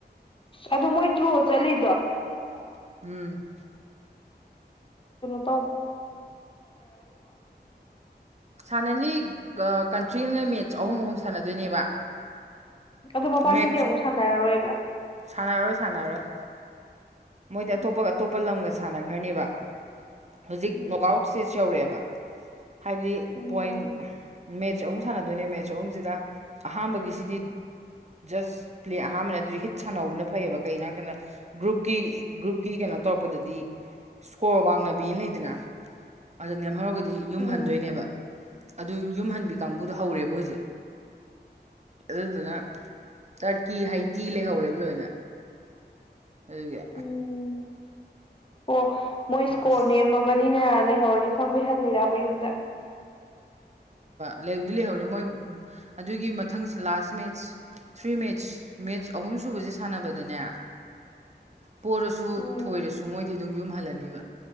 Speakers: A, on the left; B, on the right.
A: ꯑꯗꯨ ꯃꯣꯏ ꯗ꯭ꯔꯨ ꯆꯠꯂꯤ
B: ꯁꯨ ꯆꯂꯤꯗ ꯎꯝ
A: ꯀ
B: ꯁꯥꯟꯅꯅꯤ ꯀꯟꯇ꯭ꯔꯤ ꯑꯃꯅ ꯃꯦꯠꯆ ꯑꯍꯨꯝ ꯑꯍꯨꯝ ꯁꯥꯟꯅꯗꯣꯏꯅꯦꯕ
A: ꯑꯣ ꯃꯕꯥꯅꯤꯁꯦ
B: ꯃꯦꯠꯆ
A: ꯑꯃꯨꯛ ꯁꯥꯟꯅꯔꯔꯣꯏꯕ
B: ꯁꯥꯟꯅꯔꯣꯏ ꯁꯥꯟꯅꯔꯣꯏ ꯃꯣꯏꯗꯤ
A: ꯎꯝ
B: ꯑꯇꯣꯞꯄ ꯑꯇꯣꯞꯄ ꯂꯝꯒꯦ ꯁꯥꯟꯅꯈ꯭ꯔꯅꯦꯕ ꯍꯧꯖꯤꯛ
A: ꯎꯝ
B: ꯅꯣꯛ ꯑꯥꯎꯠꯁꯦꯁꯨ ꯌꯧꯔꯛꯑꯦꯕ ꯕꯥ ꯍꯥꯏꯗꯤ
A: ꯎꯝ
B: ꯄꯣꯏꯟ ꯃꯦꯠ ꯃꯦꯠꯆ ꯑꯍꯨꯝ ꯁꯥꯟꯅꯗꯣꯏꯅꯦ ꯃꯦꯠꯆ ꯑꯍꯨꯝꯁꯤꯗ ꯑꯍꯥꯥꯟꯕꯒꯤꯁꯤꯗꯤ ꯖꯁ ꯄ꯭ꯂꯦ ꯑꯍꯥꯟꯕꯅ ꯑꯗꯨꯗꯤ ꯍꯤꯠ ꯁꯥꯟꯧꯕꯅ ꯐꯩꯌꯦꯕ ꯀꯒꯤꯣ ꯍꯥꯏꯕ ꯀꯥꯟꯗ ꯒ꯭ꯔꯨꯞ ꯀꯤ ꯒ꯭ꯔꯨꯞꯀꯤ ꯀꯩꯅꯣ ꯇꯧꯔꯛꯄꯗꯗꯤ ꯁ꯭ꯀꯣꯔ ꯋꯥꯡꯅꯕꯤꯅ ꯂꯩꯗꯅ ꯑꯗꯨ ꯅꯍ ꯑꯗꯨ ꯌꯨꯝ
A: ꯎꯝ
B: ꯍꯟꯗꯣꯏꯅꯦꯕ ꯑꯗꯨ ꯌꯨꯝ ꯍꯟꯕꯤ ꯀꯥꯡꯕꯨꯗꯣ ꯍꯧꯔꯦꯕ ꯍꯧꯖꯤꯛ ꯑꯗꯨꯗꯨꯅ ꯇꯔꯀꯤ ꯍꯩꯇꯤ ꯂꯩꯍꯧꯔꯦꯕ ꯂꯣꯏꯅ ꯑꯩꯗꯒꯤ
A: ꯎꯝ ꯑꯣ ꯃꯣꯏ ꯏꯁꯀꯣꯔ
B: ꯑꯁ
A: ꯅꯦꯝꯃꯕꯅꯤꯅ ꯂꯩꯍꯧꯔꯅꯤ ꯈꯪꯕꯩ ꯍꯜꯂꯤꯔꯔꯕ ꯌꯨꯝꯗ
B: ꯂꯩꯧꯗꯤ ꯂꯩꯍꯧꯔꯦ ꯃꯣꯏ ꯑꯗꯨꯒꯤ ꯃꯊꯪꯁ last match three match match ꯑꯍꯨꯝ ꯁꯨꯕꯁꯦ ꯁꯥꯟꯅꯕꯗꯅꯦ ꯄꯔꯁꯨ
A: ꯎꯝ
B: ꯊꯣꯏꯔꯁꯨ ꯁꯨ ꯃꯣꯏꯗꯤ ꯑꯗꯨꯝ ꯌꯨꯝꯍꯜꯂꯅꯤꯕ